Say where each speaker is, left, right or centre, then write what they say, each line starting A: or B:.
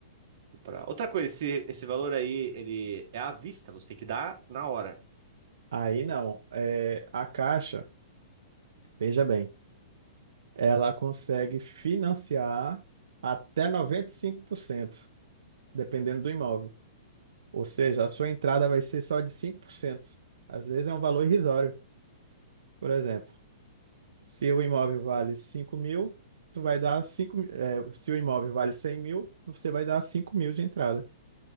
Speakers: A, on the right; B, on the right.
A: comprar. Outra coisa, esse, esse valor aí, ele é à vista, você tem que dar na hora.
B: Aí não. É, a Caixa, veja bem, ela consegue financiar até 95%, dependendo do imóvel. Ou seja, a sua entrada vai ser só de 5%. Às vezes é um valor irrisório. Por exemplo, se o imóvel vale cinco mil, tu vai dar 5. mi- é, se o imóvel vale cem mil, você vai dar cinco mil de entrada.